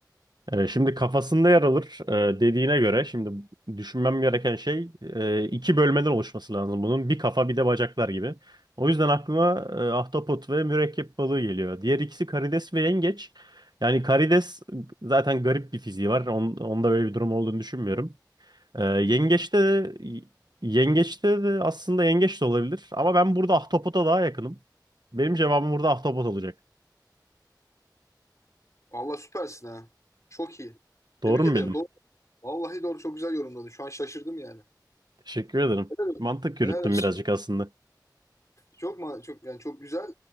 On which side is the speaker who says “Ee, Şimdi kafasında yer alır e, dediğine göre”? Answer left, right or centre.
Right